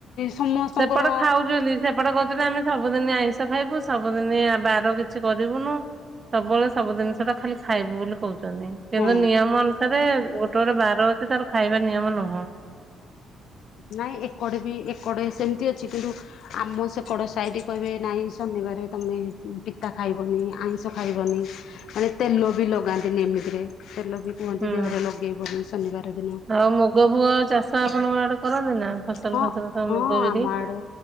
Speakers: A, on the left; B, on the right.
A: ସମସ୍ତଙ୍କର
B: ସେପଟେ ଖାଉଚନ୍ତି ସେପଟେ କୋହୁଚନ୍ତି ଆମେ ସବୁଦିନି ଆଇଁଷ ଖାଇବୁ ସବୁଦିନି ବାର କିଛି କରିବୁନୁ। ସବୁବେଳେ ସବୁ ଜିନିଷ ଟା ଖାଲି ଖାଇବୁ ବୋଲି କହୁ କିନ୍ତୁ
A: ହଁ
B: ନିୟମ ଅନୁସାରେ ଗୋଟେ-ଗୋଟେ ବାର ଅଛି ତାର ଖାଇବା ନିୟମ ନୁହଁ।
A: ନାଇଁ ଏକଡେ ବି ଏକଡେ ସେମିତି ଅଛି କିନ୍ତୁ ଆମ ସେକଡ ସାଇଡ କହିବେ ନାଇଁ ଶନିବାରେ ତମେ ପିତା ଖାଇବନି ଆଇଁଷ ଖାଇବନି ମାନେ ତେଲ ବି ଲଗାନ୍ତିନି ଏମିତିରେ ତେଲ ବି କୁହନ୍ତି
B: ହୁଁ
A: ଦେହରେ ଲଗେଇବନି ଶନିବାର ଦିନ।
B: ଆଉ ମୁଗ ଫୁଗ ଚାଷ ଆପଣଙ୍କ ଆଡେ କରନ୍ତି ନା ଫସଲ
A: ହଁ-ହଁ
B: ଫସଲ ସବୁ ମୁଗ ବିରି
A: ଆମ ଆଡେ